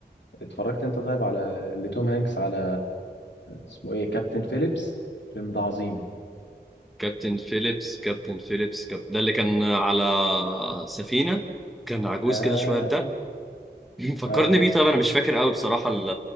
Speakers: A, on the left; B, in the centre.
A: اتفرجت انت طيب على لتوم هانكس على اسمه ايه كابتن فيليبس الفيلم ده عظيم
B: كابتن فيليبس كابتن فيليبس كاب... ده اللي كان على سفينه كان عجوز
A: اه
B: كده شويه ده <clears throat> فكرني
A: اه
B: بيه طيب انا مش فاكر قوي بصراحه ال...